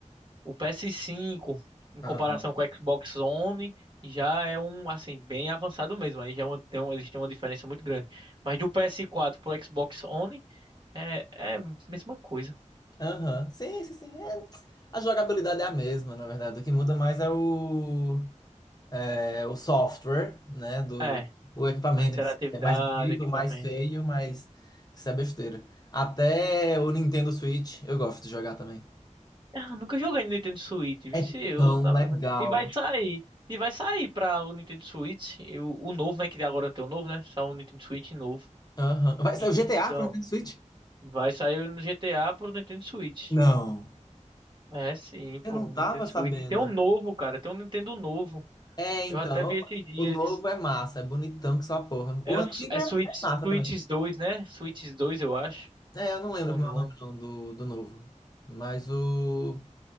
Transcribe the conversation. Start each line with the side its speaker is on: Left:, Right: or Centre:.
Right: o PS5, em
Left: Aham.
Right: comparação com o Xbox One, já é um, assim, bem avançado mesmo. Aí já é uma- tem, um- eles têm uma diferença muito grande. Mas do PS4 pro Xbox One, é, é a mesma coisa.
Left: Aham. Sim, sim, sim. É, A jogabilidade é a mesma, na verdade. O que muda mais é o, é o software, né? Do
Right: É,
Left: o equipamento
Right: a interatividade,
Left: em si. É mais bonito,
Right: equipamento...
Left: mais feio, mas isso é besteira. Até o Nintendo Switch, eu gosto de jogar também.
Right: Ah, nunca joguei no Nintendo Switch, vixe,
Left: É
Right: eu
Left: tão
Right: tava.
Left: legal.
Right: E vai sair. E vai sair pra o Nintendo Switch. e O, o novo, né? Que agora tem o novo, né? Só um Nintendo Switch novo.
Left: Aham. Vai sair
Right: Então,
Left: o GTA pro Nintendo Switch?
Right: vai sair no GTA pro Nintendo Switch.
Left: Não.
Right: É, sim, pô,
Left: Eu não
Right: o
Left: tava
Right: Nintendo
Left: sabendo.
Right: Switch. Tem um novo, cara. Tem um Nintendo novo.
Left: É, então.
Right: Eu até vi esses dias.
Left: O novo é massa, é bonitão que só a porra.
Right: É,
Left: O antigo
Right: o Su- é
Left: é
Right: Switch,
Left: é massa
Right: Switch
Left: também.
Right: 2 né? Switch 2 eu acho.
Left: É, eu não lembro
Right: Ou
Left: como
Right: não.
Left: é o nome não do, do novo. Mas o,